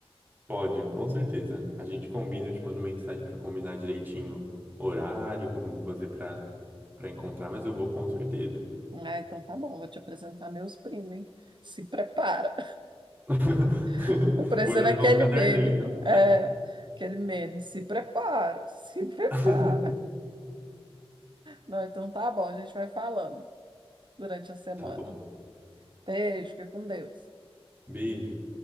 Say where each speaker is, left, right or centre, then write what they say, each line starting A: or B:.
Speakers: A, on the right; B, on the right.
A: Pode, com certeza. A gente combina, eu te mando mensagem para combinar direitinho horário, como você para para encontrar, mas eu vou com certeza.
B: Ah, então tá bom, vou te apresentar meus primos, hein? Se prepara.
A: <laughs>
B: <laughs> Parecendo
A: Vou já levar
B: aquele
A: um caderninho.
B: meme, né? É, aquele meme. Se prepara, se <laughs> prepara.
A: <laughs>
B: Não, então tá bom, a gente vai falando durante a semana.
A: Tá bom.
B: Beijo, fica com Deus.
A: Beijo.